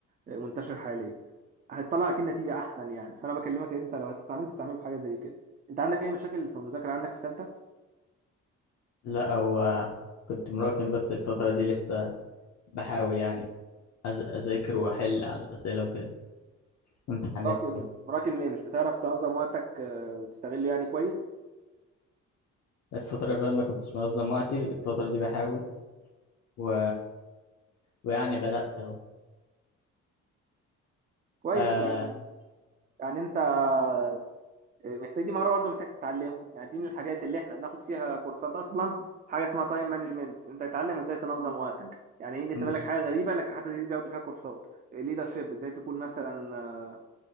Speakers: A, on the right; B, on the left.
A: آه، منتشر حاليا هتطلع اكيد نتيجه احسن يعني فانا بكلمك ان انت لو هتستعمل تستعمله في حاجه زي كده انت عندك اي مشاكل في المذاكره عندك في ثالثه
B: لا أو آه، كنت مراكم بس الفترة دي لسه بحاول يعني أز- اذاكر واحل على الاسئله وكده امتحانات
A: راكم
B: وكده
A: راكم ليه مش بتعرف تنظم وقتك آه، وتستغله يعني كويس
B: الفتره اللي فاتت ما كنتش منظم وقتي الفتره دي بحاول و... ويعني بدات اهو
A: كويس
B: آه...
A: يعني يعني انت آه، محتاج دي مهاره برضه محتاج تتعلمها يعني دي من الحاجات اللي احنا بناخد فيها كورسات اصلا حاجه اسمها تايم مانجمنت انت تتعلم ازاي تنظم وقتك يعني يجي تملك
B: المشكله
A: حاجه غريبه لكن حتى دي بياخدوا فيها كورسات ليدرشيب ازاي تكون مثلا آه،